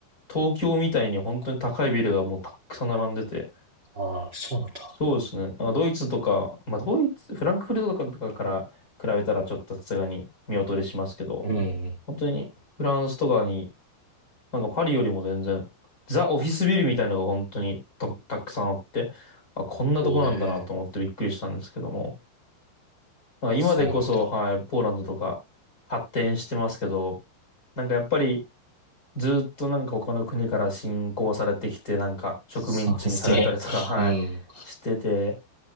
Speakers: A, on the left; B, on the right.
A: 東京みたいに本当に高いビルがもうたくさん並んでて。
B: ああ、そうなんだ。
A: そうですね。なんかドイツとか、まあドイツ、フランクフルトとかから比べたらちょっとさすがに見劣りしますけど、
B: うんうん。
A: 本当にフランスとかに、なんかパリよりも全然、ザ・オフィスビルみたいなのが本当にた、たくさんあって、あ、こんなとこなんだなと思ってびっくりしたんですけども、
B: おえ、
A: なんか今でこそ、
B: そうなんだ。
A: はい、ポーランドとか発展してますけど、なんかやっぱりずっとなんか他の国から侵攻されてきて、なんか植民地にされたりとか、
B: そうですね。<laughs>
A: はい、
B: うん。
A: してて、